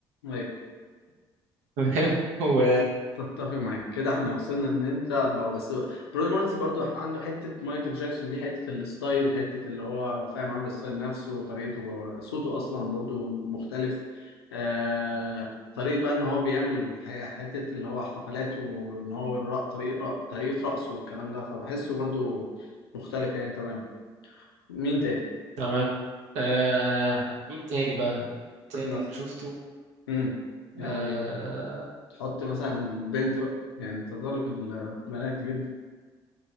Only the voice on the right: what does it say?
تمام <laughs> و
تمام آه... مين تاني بقى تاني
انا شفته
آه...